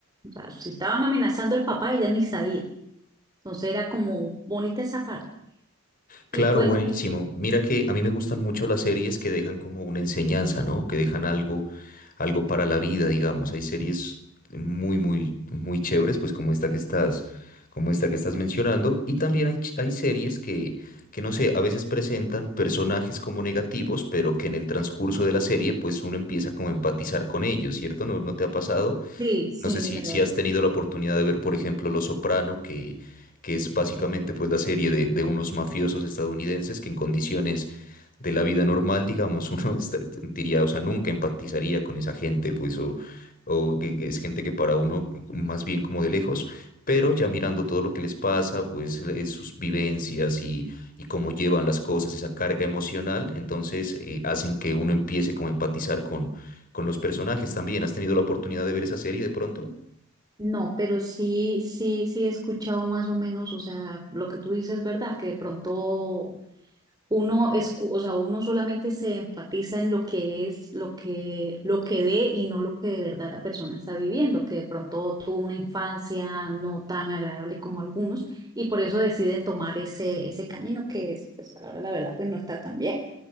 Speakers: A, on the right; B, on the left.
A: o sea, si estaban amenazando el papá, ella ni sabía. Entonces era como bonita esa parte.
B: Claro,
A: Y cuéntame,
B: buenísimo. Mira que a mí me gustan mucho las series que dejan como una enseñanza, ¿no? Que dejan algo, algo para la vida, digamos. Hay series muy, muy, muy chéveres, pues como esta que estás, como esta que estás mencionando. Y también hay, ch- hay series que, que, no sé, a veces presentan personajes como negativos, pero que en el transcurso de la serie, pues uno empieza como a empatizar con ellos, ¿cierto? ¿No, no te ha pasado?
A: sí, sí,
B: No sé si,
A: la verdad.
B: si has tenido la oportunidad de ver, por ejemplo, los Soprano, que, que es básicamente pues, la serie de, de unos mafiosos estadounidenses que en condiciones de la vida normal, digamos, <laughs> uno está- diría, o sea, nunca empatizaría con esa gente, pues, o, o que, que es gente que para uno más bien como de lejos, pero ya mirando todo lo que les pasa, pues, eh, sus vivencias y, y cómo llevan las cosas, esa carga emocional, entonces eh, hacen que uno empiece como a empatizar con los personajes también. ¿Has tenido la oportunidad de ver esa serie de pronto?
A: No, pero sí, sí, sí he escuchado más o menos, o sea, lo que tú dices, ¿verdad? Que de pronto Uno escu- o sea, uno solamente se enfatiza en lo que es, lo que, lo que ve y no lo que de verdad la persona está viviendo, que de pronto tuvo una infancia no tan agradable como algunos y por eso deciden tomar ese, ese camino que es, pues a la hora de la verdad, pues no está tan bien.